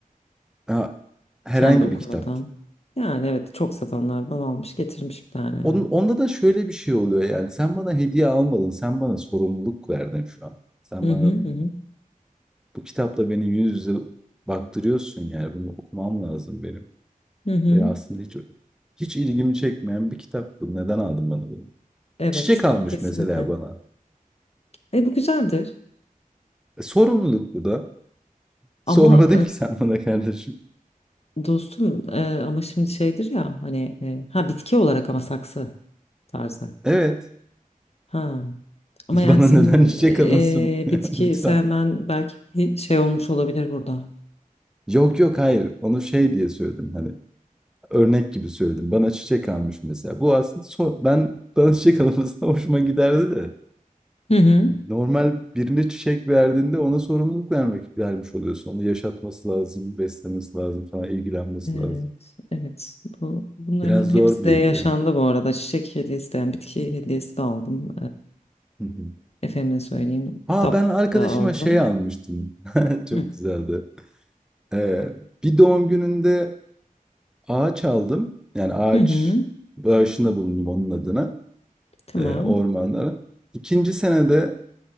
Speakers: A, in the centre; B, on the left (about 45°).
A: Ha, herhangi
B: Kendi okumadan.
A: bir kitap.
B: Yani evet çok satanlardan almış getirmiş bir tane
A: Onun,
B: yani.
A: onda da şöyle bir şey oluyor yani. Sen bana hediye almadın. Sen bana sorumluluk verdin şu an. Sen
B: Hı
A: bana
B: hı hı. hı.
A: bu kitapla beni yüz yüze baktırıyorsun yani. Bunu okumam lazım benim.
B: Hı hı.
A: Ve aslında hiç hiç ilgimi çekmeyen bir kitap bu. Neden aldın bana bunu?
B: Evet
A: Çiçek almış
B: kesinlikle.
A: mesela bana.
B: E bu güzeldir.
A: E, sorumluluk bu da. Sormadın
B: Ama
A: ki sen bana kardeşim.
B: Dostum e, ama şimdi şeydir ya hani e, ha bitki olarak ama saksı tarzı.
A: Evet.
B: Ha. Ama
A: <laughs>
B: yani
A: Bana
B: senin
A: neden çiçek alınsın?
B: e,
A: <laughs>
B: bitki
A: Lütfen.
B: sevmen belki şey olmuş olabilir burada.
A: Yok yok hayır. Onu şey diye söyledim hani. örnek gibi söyledim. Bana çiçek almış mesela. Bu aslında son- ben bana çiçek almasına <laughs> hoşuma giderdi de.
B: Hı hı.
A: Normal birine çiçek verdiğinde ona sorumluluk vermek vermiş oluyorsun. Onu yaşatması lazım, beslemesi lazım falan, ilgilenmesi
B: Evet,
A: lazım.
B: evet. Bu, bunların
A: Biraz zor
B: hepsi de
A: bir
B: yaşandı
A: hediye. Hı
B: bu arada. Çiçek hediyesi de yani bitki hediyesi de aldım.
A: hı.
B: Ee, efendime söyleyeyim.
A: Ha
B: Kitap
A: ben arkadaşıma
B: da aldım.
A: şey almıştım. <laughs> Çok
B: Hı.
A: güzeldi. Ee, bir doğum gününde ağaç aldım. Yani ağaç
B: Hı hı.
A: bağışında bulundum onun adına.
B: Tamam.
A: e, ormanlara. İkinci senede